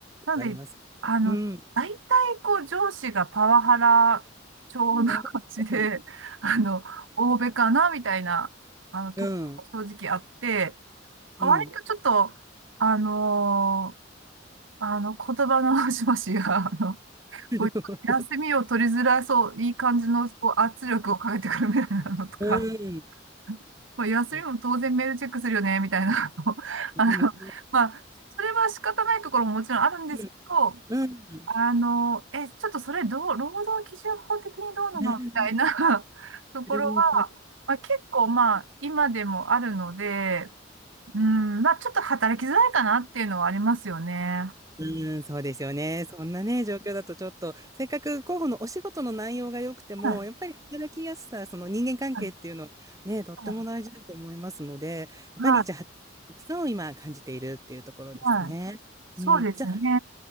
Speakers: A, on the right (about 80°); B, on the right (about 20°).
A: なんで、
B: ありますかうん。
A: あの、大体こう上司がパワハラ調な感じで、
B: なるほど。
A: <laughs> あの、欧米かなみたいな、あの、とこが正直あって、
B: うん。
A: 割とちょっと、
B: うん。
A: あのーあの、言葉の端々が、<laughs> あの、
B: なるほど
A: こう休みを取りづらそう、いい感じのこう圧力をかけてくるみたいなのとか、
B: うん。
A: <laughs> まあ、休みも当然メールチェックするよね、
B: そ
A: みたいなの、<laughs>
B: うね
A: あの、まあ、それは仕方ないところももちろんあるんですけど、
B: うん。
A: あの、え、ちょっとそれどう、労働基準法的にどうなのみたいな
B: うん。
A: <laughs> ところは、
B: なるほど。
A: まあ、結構まあ今でもあるので、うん、まあちょっと働きづらいかなっていうのはありますよね。
B: うん、うんそうですよね。そんなね、状況だとちょっと、せっかく候補のお仕事の内容が良くても、
A: はい
B: やっぱり働きやすさ、その人間関係っていうのはね、
A: はい
B: とっても大事だと思いますので、
A: はい
B: やっぱりじゃあ、
A: はい
B: 働きやすさを今感じているっていうところですね。
A: はいそうですね。
B: うん、じゃあ